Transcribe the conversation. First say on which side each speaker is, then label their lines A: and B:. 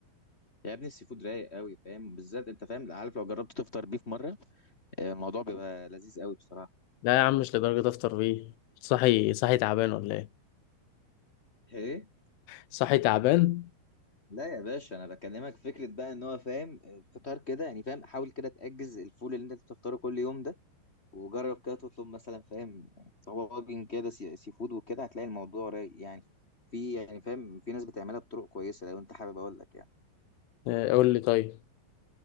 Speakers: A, on the left; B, on the left.
A: يا ابني السي فود رايق قوي فاهم بالذات انت فاهم عارف لو جربت تفطر بيه في مره آه، الموضوع بيبقى لذيذ قوي بصراحه
B: لا يا عم مش لدرجه افطر بيه صحي صحي تعبان ولا ايه
A: ايه
B: صحي تعبان
A: لا يا باشا انا بكلمك فكره بقى ان هو فاهم الفطار كده يعني فاهم حاول كده تاجز الفول اللي انت بتفطره كل يوم ده وجرب كده تطلب مثلا فاهم طواجن كده سي سي فود وكده هتلاقي الموضوع رايق يعني في يعني فاهم في ناس بتعملها بطرق كويسه لو انت حابب اقول لك يعني
B: آه، قول لي طيب